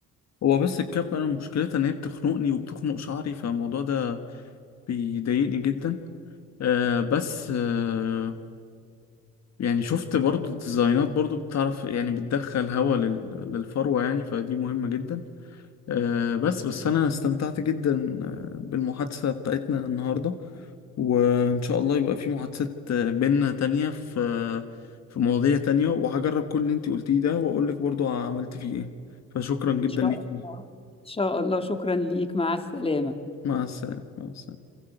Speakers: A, on the left; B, on the left.
A: هو بس الكاب انا مشكلتها ان هي بتخنقني وبتخنق شعري فالموضوع ده بيضايقني جدا آه بس آه يعني شفت برضو ديزاينات برضو بتعرف يعني بتدخل هوا لل- للفروة يعني فدي مهمة جدا آه بس بس أنا استمتعت جدا آه، بالمحادثة بتاعتنا النهاردة وإن شاء الله يبقى في محادثات آه، بينا تانية في آه، في مواضيع تانية وهجرب كل اللي انتي قلتيه ده وأقولك برضو عملت فيه ايه فشكرا جدا
B: إن شاء
A: ليكي
B: الله إن شاء الله شكرا ليك مع السلامة
A: مع السلامة مع السلامة